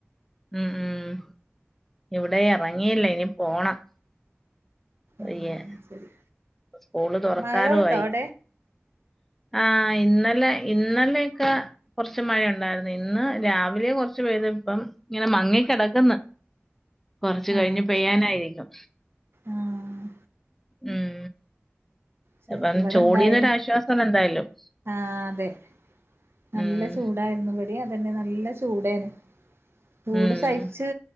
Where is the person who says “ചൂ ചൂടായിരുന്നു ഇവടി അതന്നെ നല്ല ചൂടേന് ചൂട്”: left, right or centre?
Right